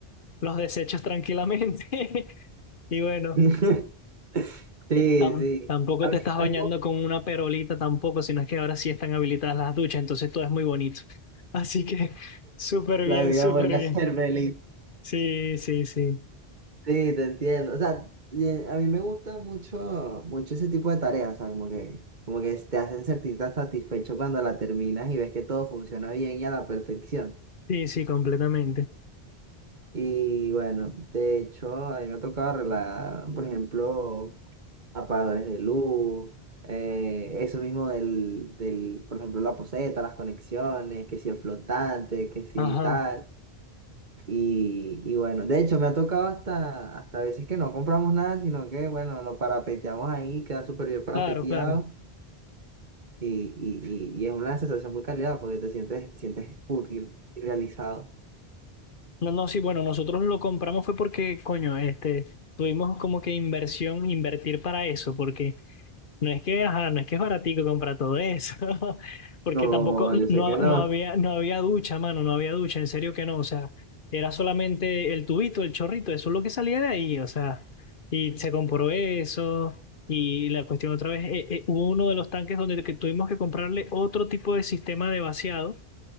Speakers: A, on the left (about 60°); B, on the right (about 50°).
A: los desechos tranquilamente. <laughs> Y bueno.
B: <laughs> Sí,
A: Tam-
B: sí.
A: tampoco
B: A
A: te
B: mí-
A: estás
B: a
A: bañando
B: mí me gusta
A: con una perolita tampoco, sino es que ahora sí están habilitadas las duchas, entonces todo es muy bonito. Así que súper
B: la
A: bien,
B: vida
A: súper
B: vuelve
A: bien.
B: a <laughs> ser feliz.
A: Sí, sí, sí.
B: Sí, te entiendo. O sea, y a mí me gusta mucho, mucho ese tipo de tareas. O sea, como que, como que te hacen sentir tan satisfecho cuando la terminas y ves que todo funciona bien y a la perfección.
A: Sí, sí, completamente.
B: Y bueno, de hecho, a mí me ha tocado arreglar, por ejemplo, apagadores de luz, eh, eso mismo del, del, por ejemplo, la poseta, las conexiones, que si el flotante, que si
A: Ajá,
B: tal. Y, y bueno, de hecho me ha tocado hasta, hasta veces que no compramos nada, sino que bueno, lo parapeteamos ahí, queda súper bien parapeteado
A: claro, claro.
B: y, y, y, y es una sensación muy calidad porque te sientes, te sientes útil y realizado.
A: No, no, sí, bueno, nosotros lo compramos fue porque, coño, este, tuvimos como que inversión, invertir para eso, porque No es que, ajá, no es que es baratico comprar todo eso, <laughs> porque
B: No,
A: tampoco
B: yo
A: no,
B: sé que
A: no
B: no,
A: había, no había ducha, mano, no había ducha, en serio que no, o sea, era solamente el tubito, el chorrito, eso es lo que salía de ahí, o sea, y se compró eso, y la cuestión otra vez, eh, eh, hubo uno de los tanques donde que tuvimos que comprarle otro tipo de sistema de vaciado,